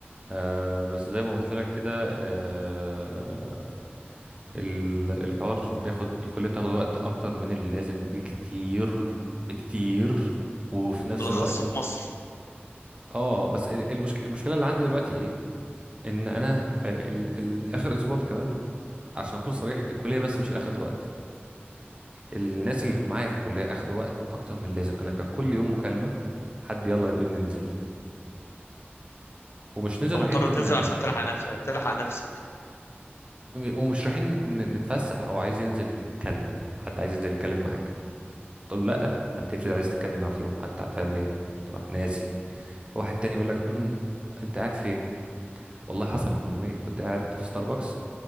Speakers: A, on the right; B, on the left.
A: آه بس زي ما قلت لك كده آه ال- الحوار بياخد الكلية بتاخد وقت اكتر من اللازم بكتير بكتير وفي نفس
B: بالاخص
A: الوقت
B: في مصر
A: اه بس ال- المشك... المشكلة اللي عندي دلوقتي ايه ان انا آه، ال... ال... اخر اسبوع ده كمان عشان اكون صريح الكلية بس مش اخدت وقت الناس اللي في معايا في الكلية أخدوا وقت أكتر من اللازم أنا كان كل يوم مكالمة حد يلا ننزل ومش
B: انت
A: ننزل
B: مضطر
A: رايحين
B: تنزل عشان تلحق نفسك تلحق نفسك
A: ومش رايحين نت- نتفسح هو عايز ينزل يتكلم حد عايز ينزل يتكلم معاك تقول له لا ما انت افرض عايز تتكلم معاه في يوم حتى هتعمل ايه تروح نازل واحد تاني يقول لك امم انت قاعد فين والله حصلت من يومين كنت قاعد في ستاربكس